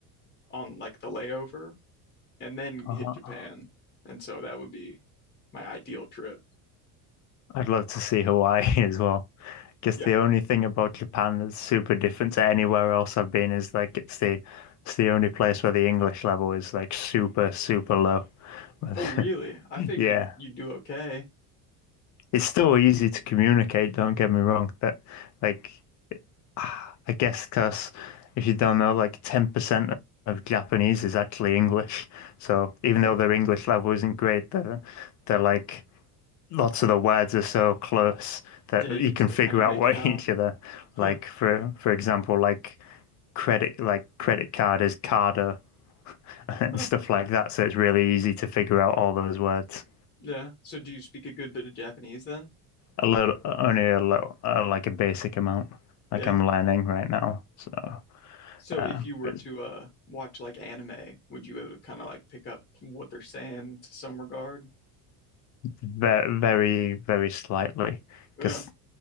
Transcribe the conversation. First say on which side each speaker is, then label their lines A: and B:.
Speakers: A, on the left (about 25°); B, on the left (about 45°).
A: on like the layover and then
B: ah,
A: hit Japan. And so that would be my ideal trip.
B: I'd love to see Hawaii <laughs> as well. Guess
A: Yeah.
B: the only thing about Japan that's super different to anywhere else I've been is like it's the it's the only place where the English level is like super, super low. <laughs> But
A: Oh, really?
B: <laughs>
A: I figured
B: Yeah.
A: you'd do okay.
B: It's still easy to communicate, don't get me wrong. That, like, ah, I guess because if you don't know, like 10% of Japanese is actually English. So even though
A: Hmm.
B: their English level isn't great, they're, they're like, lots of the words are so close that
A: Yeah,
B: you
A: you can
B: can
A: still
B: figure
A: kind of make
B: out what
A: it out.
B: <laughs> each other,
A: Huh.
B: like, for, for example, like credit, like credit card is carder <laughs> and
A: Huh.
B: stuff like that. So it's really easy to figure out all those words.
A: Yeah. So do you speak a good bit of Japanese then?
B: a little, only a little, uh, like a basic amount.
A: Yeah.
B: Like I'm learning right now, so
A: So
B: uh,
A: if you were
B: it's
A: to uh watch like anime, would you be able to kind of like pick up what they're saying to some regard?
B: very, very, very slightly.
A: Yeah.
B: Because